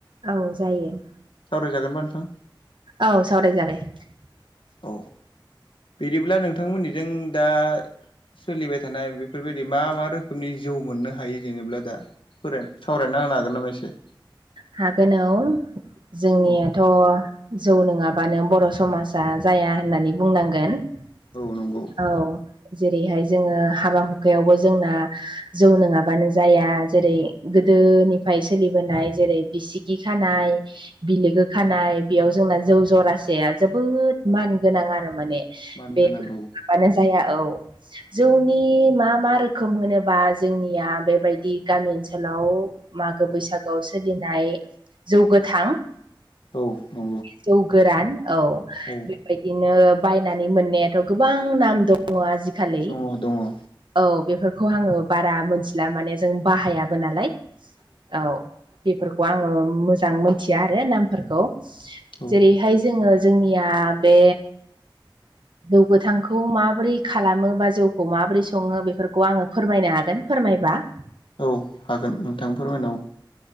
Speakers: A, on the right; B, on the left.
A: औ जायो ।
B: सावरायजागोनबा नोंथां ।
A: औ सावराय जाबाय । <inaudible>
B: औ बिदिब्ला नोंथांमोननिजों दा? सोलिबाय थानाय बेफोरबायदि मा मा रोखोमनि जौ मोननो हायो जेनेबा दा सावरायना होनो हागोन नामा एसे?
A: हागोन औ जोंनियाथ'
B: औ
A: जौ नङाबानो बर' समाजा जाया होननानै बुंनांगोन ।
B: औ नोंगौ ।
A: औ जेरैहाय जोङो हाबा हुखायावबो जोंना । जौ नोङाबानो जाया जेरै गोदोनिफ्राय सोलिबोनाय जेरै बिसिगि खानाय बिलोगो खानाय बेयाव जोंना जौ जरासेया जोबोद मान गोनां आरो माने बे
B: मान गोनां
A: माबानो
B: औ
A: जाया औ । जौनि मा मा रोखोम होनोबा जोंनिया बेबायदि गामि ओनसोलाव? मागो
B: औ
A: बैसागोआव सोलिनाय जौ गोथां ।
B: औ उम ।
A: जौ गोरान औ ।
B: औ ।
A: बिदिनो बायनानै मोननायाथ गोबां नाम दङ आजिखालि ।
B: दङ दङ औ
A: औ बेफोरखौ आङो बारा मोनथिला माने जों बाहायाबो नालाय औ । बेफोरखौ आङो मोजां मिथिया आरो नामफोरखौ
B: औ
A: जेरैहाय जोङो जोंनिया बे जौ गोथांखौ माबोरै खालामो बा जौखौ माबोरै सङो बेफोरखौ आङो फोरमायनो हागोन फोरमायबा ।
B: औ हागोन नोंथां फोरमायनो औ ।